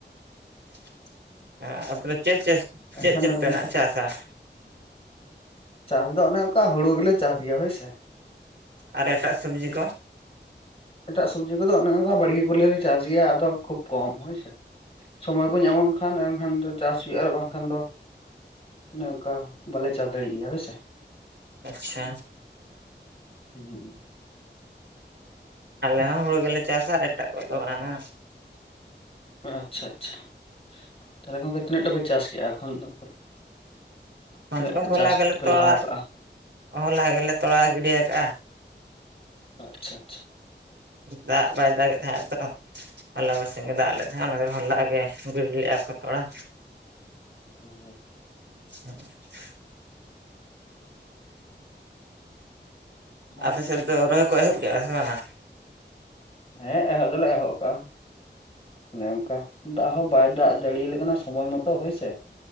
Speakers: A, on the right; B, on the left.
A: ᱾ ᱟᱯᱮ ᱫᱚ ᱪᱮᱫᱻᱪᱮᱫᱻᱪᱮᱫᱻᱪᱮᱫ
B: ᱮᱱᱠᱷᱟᱱ ᱫᱚ
A: ᱯᱮ ᱱᱟᱸᱜ ᱪᱟᱥᱟ?
B: ᱪᱟᱥ ᱫᱚ ᱚᱱᱮ ᱚᱝᱠᱟ ᱦᱩᱲᱩ ᱜᱮᱞᱮ ᱪᱟᱥ ᱜᱮᱭᱟ ᱦᱳᱭ ᱥᱮ
A: ᱟᱨ ᱮᱴᱟᱜ ᱥᱚᱵᱡᱤ ᱠᱚ
B: ᱮᱴᱟᱜ ᱥᱚᱵᱽᱡᱤ ᱠᱚᱫᱚ ᱚᱱᱮ ᱚᱝᱠᱟ ᱵᱟᱹᱲᱜᱮ ᱠᱚᱞᱮ ᱪᱟᱥ ᱜᱮᱭᱟ ᱟᱫᱚ ᱠᱷᱩᱵ ᱠᱚᱢ ᱦᱳᱭᱥᱮ ᱥᱚᱢᱚᱭ ᱠᱚ ᱧᱟᱢᱟᱱ ᱠᱷᱟᱱ ᱮᱱᱠᱷᱟᱱ ᱫᱚ ᱪᱟᱥ ᱦᱩᱭᱩᱜᱼᱟ ᱟᱨ ᱵᱟᱝᱠᱷᱟᱱ ᱫᱚ ᱚᱱᱮ ᱚᱱᱠᱟ ᱵᱟᱞᱮ ᱪᱟᱥ ᱫᱟᱲᱮᱭᱟᱜ ᱜᱮᱭᱟ ᱦᱳᱭᱥᱮ
A: ᱟᱪᱪᱷᱟ
B: ᱦᱩᱸ <unintelligible>
A: ᱟᱞᱮ ᱦᱚᱸ ᱦᱩᱲᱩ ᱜᱮᱞᱮ ᱪᱟᱥᱟ ᱟᱨ ᱮᱴᱟᱜ ᱠᱚᱫᱚ ᱵᱟᱝᱟ
B: ᱟᱪᱪᱷᱟ ᱟᱪᱪᱷᱟ ᱛᱟᱦᱚᱞᱮ ᱜᱚᱢᱠᱮ ᱛᱤᱱᱟᱹᱜ ᱴᱟ ᱯᱮ ᱪᱟᱥ ᱠᱮᱫᱼᱟ ᱮᱠᱷᱚᱱ ᱫᱚ
A: ᱚᱱᱟ
B: ᱛᱤᱱᱟᱹᱜ
A: ᱫᱚ ᱦᱚᱞᱟ
B: ᱪᱟᱥ
A: ᱜᱮᱞᱮ
B: ᱯᱮ
A: ᱛᱚᱲᱟ
B: ᱞᱟᱦᱟᱣ ᱠᱟᱜᱼᱟ
A: ᱦᱚᱞᱟ ᱜᱮᱞᱮ ᱛᱚᱲᱟ ᱜᱤᱰᱤᱤᱭᱟ ᱟᱠᱟᱜᱼᱟ
B: ᱟᱪᱪᱷᱟ ᱟᱪᱪᱷᱟ
A: ᱫᱟᱜ ᱵᱟᱭ ᱫᱟᱜ ᱮᱫ ᱛᱟᱦᱮᱸᱜ ᱛᱚ ᱦᱚᱞᱟ ᱛᱮᱱᱮᱜ ᱫᱟᱜ ᱞᱮᱫ ᱛᱟᱦᱮᱼᱟ ᱚᱱᱟ ᱫᱚ ᱦᱚᱞᱟᱜ ᱜᱮ ᱜᱤᱰᱤ ᱞᱮᱫᱼᱟ ᱠᱚ ᱛᱚᱲᱟ
B: <unintelligible>
A: ᱦᱮᱸ <unintelligible> ᱟᱯᱮ
B: ᱚᱱᱠᱟ
A: ᱥᱮᱫ ᱫᱚ ᱨᱚᱦᱚᱭ ᱠᱚ ᱮᱦᱚᱵ ᱠᱮᱫᱼᱟ ᱥᱮ ᱵᱟᱝᱟ
B: ᱦᱮᱸ ᱮᱦᱚᱵ ᱫᱚᱞᱮ ᱮᱦᱚᱵ ᱠᱟᱜᱼᱟ ᱚᱱᱮ ᱚᱱᱠᱟ ᱫᱟᱜ ᱦᱚᱸ ᱵᱟᱭ ᱫᱟᱜ ᱡᱟᱹᱲᱤᱟᱞᱮ ᱠᱟᱱᱟ ᱥᱚᱢᱚᱭ ᱢᱚᱛᱚ ᱦᱳᱭᱥᱮ